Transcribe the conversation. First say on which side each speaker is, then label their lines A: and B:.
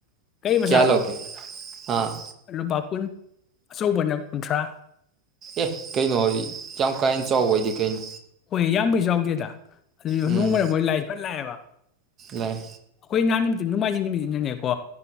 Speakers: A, on the left; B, on the right.
A: ꯀꯩ ꯃꯁꯥꯗꯣ
B: ꯀꯌꯥ ꯂꯧꯒꯦ ꯑꯥ
A: ꯑꯩꯅꯣ ꯄꯄꯨ ꯑꯆꯧꯕꯅ ꯀꯨꯟꯊ꯭ꯔꯥ
B: ꯑꯦ ꯀꯩꯅꯣ ꯌꯥꯝ ꯀꯥꯦꯟꯅ ꯆꯥꯎꯕ ꯑꯣꯏꯗꯤ ꯀꯩꯅꯣ
A: ꯍꯣꯏ ꯌꯥꯝꯕꯩ ꯆꯥꯎꯎꯦ ꯑꯗꯨ
B: ꯎꯝ
A: ꯅꯣꯡ ꯃꯔꯝ ꯑꯣꯏꯣꯏ ꯂꯥꯏꯏ ꯐꯠ ꯂꯥꯛꯑꯦꯕ
B: ꯂꯥꯛꯑꯦ
A: ꯀꯣꯏ ꯅꯤ ꯅꯣꯡꯃꯥꯏꯖꯤꯡ ꯅꯨꯃꯤꯁꯤꯅꯅꯦꯀꯣ